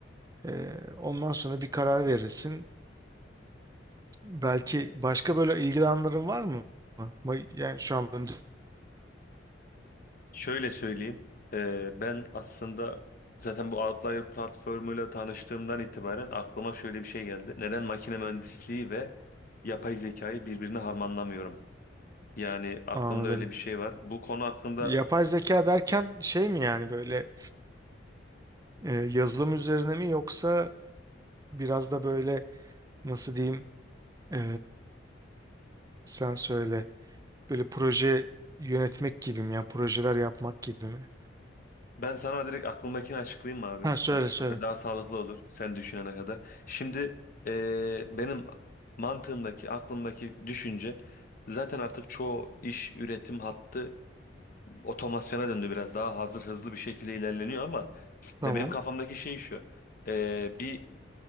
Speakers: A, on the right; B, on the left.
A: Ee, ondan sonra bir karar verirsin. Belki başka böyle ilgili var mı? Ma- Yani şu an ben-
B: Şöyle söyleyeyim. Ee, ben aslında zaten bu Outlier platformuyla tanıştığımdan itibaren aklıma şöyle bir şey geldi. Neden makine mühendisliği ve yapay zekayı birbirine harmanlamıyorum? Yani aklımda
A: anladım.
B: öyle bir şey var. Bu konu hakkında
A: Yapay zeka derken şey mi yani böyle E, yazılım üzerine mi yoksa biraz da böyle nasıl diyeyim e, sen söyle böyle proje yönetmek gibi mi yani projeler yapmak gibi mi?
B: ben sana direkt aklımdakini açıklayayım mı abi?
A: Ha söyle
B: Hani
A: söyle.
B: daha sağlıklı olur sen düşünene kadar. Şimdi ee, benim mantığımdaki, aklımdaki düşünce zaten artık çoğu iş üretim hattı otomasyona döndü biraz daha hazır hızlı bir şekilde ilerleniyor ama
A: Tamam.
B: ve benim kafamdaki şey şu Ee, bir